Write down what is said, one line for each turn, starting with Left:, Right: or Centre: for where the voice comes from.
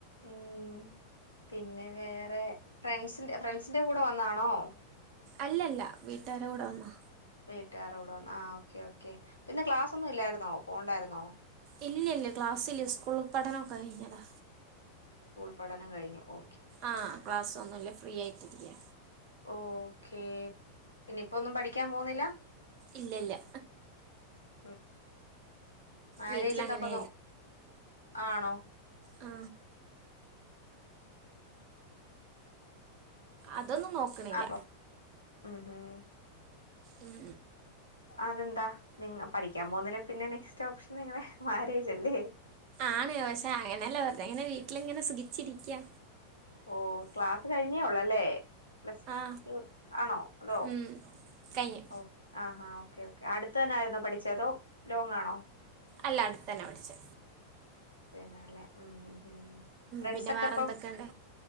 Left: ഉം പിന്നെ വേറെ ഫ്രണ്ട്സ് ഫ്രണ്ട്സിന്റെ കൂടെ വന്നാണോ?
Right: അല്ലല്ല വീട്ടാരെ കൂടെ വന്നാ
Left: വീട്ട്കാറെ കൂടെ വന്നാ ആ ഓക്കേ ഓക്കേ പിന്നെ ക്ലാസാെന്നും ഇല്ലായ്ര്ന്നോ പോണ്ടായ്ര്ന്നോ?
Right: ഇല്ല്യല്ല ക്ലാസ്സ്ല്ല സ്കൂൾ പഠനം കയ്ഞ്ഞതാ
Left: സ്കൂൾ പഠനം കയ്ഞ്ഞു ഓ
Right: ആ ക്ലാസ്സാെന്നുംല്ല ഫ്രീ ആയിട്ടിരിക്കാ
Left: ഓ ക്കേ പിന്നെ ഇപ്പൊന്നും പഠിക്കാൻ പോന്നില്ലാ?
Right: ഇല്ലല്ല്യ
Left: ഉം മാരേജെക്കെ
Right: വീട്ടിലങ്ങനെ
Left: അപ്പൊ നോ ആണോ
Right: ആ അതൊന്നും നോക്ക്ണില്ല
Left: അപ്പം ഉം ഊം
Right: ഉം
Left: അതെന്താ നിങ്ങ പഠിക്കാൻ പോക്ന്നില്ലെ പിന്നെ നെക്സ്റ്റ് ഓപ്ഷൻ നിങ്ങളെ മാരേജ് അല്ലേ
Right: ആണ് പഷേ അങ്ങനെല്ല വെർതെങ്ങനെ വീട്ട്ല്ങ്ങനെ സുഖിച്ചിരിക്ക്യാ
Left: ഓ ക്ലാസ്സ് കഴിഞ്ഞേ ഒള്ളു അല്ലേ പ്ലസ്
Right: ആ
Left: ടു ആണോ, തോ
Right: ഉം. കഴിഞ്ഞു
Left: ഓ ആ ഹാ ഓക്കേ ഓക്കേ അട്ത്തന്നെ ആയിര്ന്നോ പഠിച്ചേ അതോ ലോങ്ങാണോ
Right: അല്ല അടുത്തന്നെ, പഠിച്ചെ
Left: നല്ലേ, ഉം ഉം ഉം ഉം ഫ്രണ്ട്സ്സ്
Right: പിന്നെ
Left: ഒക്കെ
Right: വേറെ
Left: അപ്പൊ
Right: എന്തൊക്കെയുണ്ട്